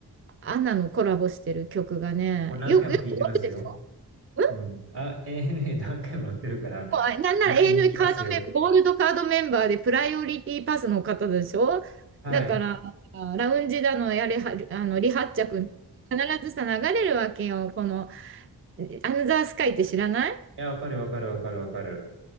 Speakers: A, on the right (about 35°); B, on the right (about 75°).
A: アナのコラボしてる曲がね、
B: もう何回も聴いてますよ。
A: よ、くよくあるでしょうん
B: うん。あ、ANA 何回も乗ってるから
A: もうなんなら永遠カードメンバー、
B: 聴いていますよ。
A: ゴールドカードメンバーでプライオリティパスの方でしょだから、
B: はい。<laughs> い
A: あラウンジだの、やれは、あの、離発着、必ずさ、流れるわけよ。この、アナザースカイって知らない
B: や、わかるわかるわかるわかる。